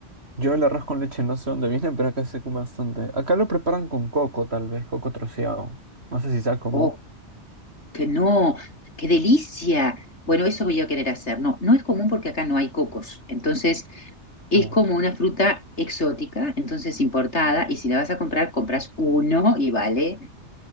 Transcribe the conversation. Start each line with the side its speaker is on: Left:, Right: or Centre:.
Right: Yo el arroz con leche no sé dónde viene, pero acá se come bastante. Acá lo preparan con coco, tal vez, coco troceado. No sé si sea común.
Left: O que no, qué delicia. Bueno, eso voy a querer hacer. No, no es común porque acá no hay cocos. Entonces, es
Right: o-
Left: como una fruta exótica, entonces importada, y si la vas a comprar, compras uno y vale